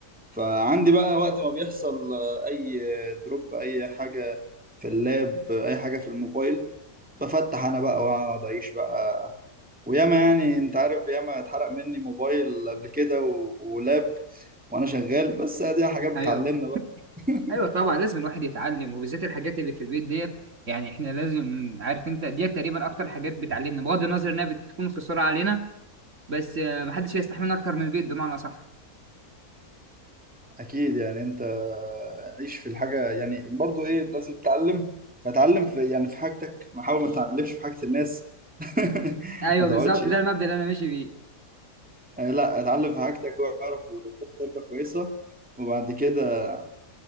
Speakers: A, in the centre; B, on the right.
A: فعندي بقى وقت ما بيحصل آه، اي دروب اي حاجه في اللاب اي حاجه في الموبايل بفتح انا بقى واقعد اعيش بقى وياما يعني انت عارف ياما اتحرق مني موبايل قبل كده و... ولاب وانا شغال بس دي حاجات بتعلمنا
B: ايوه
A: بقى <laughs>
B: ايوه طبعا لازم الواحد يتعلم وبالذات الحاجات اللي في البيت ديت يعني احنا لازم عارف انت ديت تقريبا اكتر حاجات بتعلمنا بغض النظر انها بتكون خساره علينا بس آه، محدش هيستحملنا اكتر من البيت بمعنى صح
A: اكيد يعني انت عيش في الحاجه يعني برضو ايه لازم تتعلم فتعلم في يعني في حاجتك ما حاول ما تتعلمش في حاجه الناس <laughs>
B: ايوه
A: ما تقعدش
B: بالظبط
A: ايه
B: ده المبدأ اللي انا ماشي بيه
A: آه، لا اتعلم في حاجتك واعرف وخد خبره كويسه وبعد كده